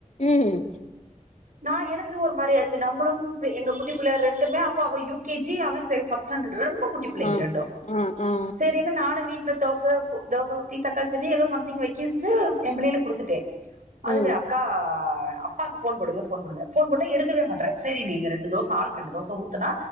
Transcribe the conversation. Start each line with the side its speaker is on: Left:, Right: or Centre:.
Left: ம்
Right: நா எனக்கு து ஒரு மாரி ஆச்சு நம்மளும் எங்க குட்டிள்ள ரெண்டுமே அப்ப அவ யூ கே ஜி அவன் ஃபஸ் ஸ்டாண்டடு ரெண்டும் குட்டி புள்ளைங்க
Left: ஆ
Right: ரெண்டும்
Left: ஆ ஆ
Right: செரி என்ன நானும் வீட்ல தோச தோச ஊத்தி தக்காளி சட்னி ஏதோ சம்திங் வைக்கிட்டு எம்பிள்ளைகளுக்கு குடுத்துட்டே அதுக
Left: ம்
Right: அக்கா அப்பாக்கு ஃபோன் போடுங்க ஃபோன் போடுங்க ஃபோன் போட்டா எடுக்கவே மாட்டுறார் சரி நீங்க ரெண்டு தோச ஆளுக்கு ரெண்டு தோச ஊத்துனா